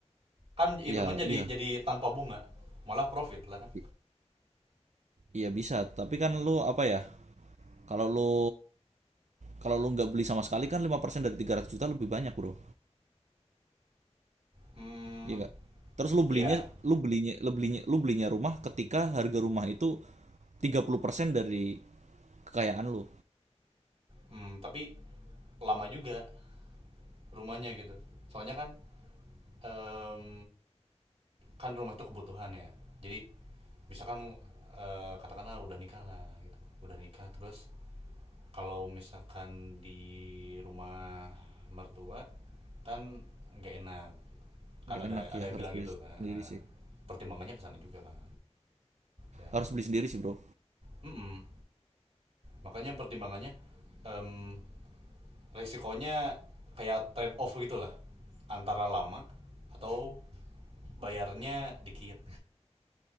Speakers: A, on the right; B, on the right.
A: kan hitungan
B: ya
A: jadi
B: iya
A: jadi tanpa bunga malah profit lah kan
B: I- iya bisa, tapi kan lu apa ya? Kalau lu kalau lu nggak beli sama sekali kan 5% dari 300 juta lebih banyak, Bro.
A: hmm
B: Iya nggak? Terus lu belinya
A: ya
B: lu belinya lu belinya lu belinya rumah ketika harga rumah itu 30% dari kekayaan lu.
A: hmm tapi lama juga rumahnya gitu soalnya kan em, kan rumah itu kebutuhan ya jadi misalkan eh, katakanlah udah nikah lah gitu udah nikah terus kalau misalkan di rumah mertua kan nggak enak gitu. kan
B: Gak
A: ada
B: enak
A: ada
B: ya,
A: yang
B: harus
A: bilang
B: beli
A: gitu kan
B: sendiri
A: eh,
B: sih.
A: pertimbangannya kesana juga kan ya
B: Harus beli sendiri sih, Bro.
A: Mm-mm. makanya pertimbangannya em, resikonya kayak trade off gitulah antara lama atau bayarnya dikit